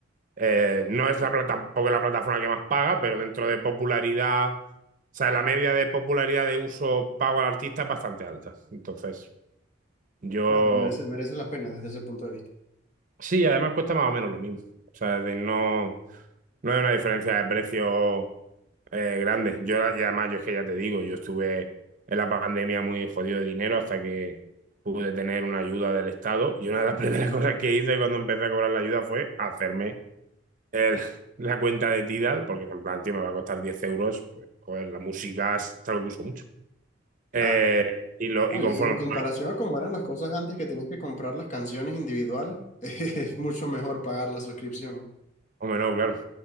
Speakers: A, on the right; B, on the left.
A: eh, no es la plata, tampoco es la plataforma que más paga, pero dentro de popularidad, o sea, la media de popularidad de uso pago al artista es bastante alta. Entonces, Yo,
B: claro, merece, merece la pena desde ese punto de vista.
A: sí, además cuesta más o menos lo mismo. O sea, de no, no hay una diferencia de precio eh, grande. Yo, y además, yo es que ya te digo, yo estuve en la pandemia muy jodido de dinero hasta que pude tener una ayuda del Estado. Y una de las <laughs> primeras cosas que hice cuando empecé a cobrar la ayuda fue hacerme el- <laughs> la cuenta de Tidal, porque en plan, tío, me va a costar 10 euros. Pues, joder, la música es algo que uso mucho. Eh,
B: Claro.
A: y, lo,
B: No,
A: y conforme
B: Y en comparación a cómo eran las cosas antes que tenías que comprar las canciones individuales, <laughs> es mucho mejor pagar la suscripción.
A: Hombre, no, claro.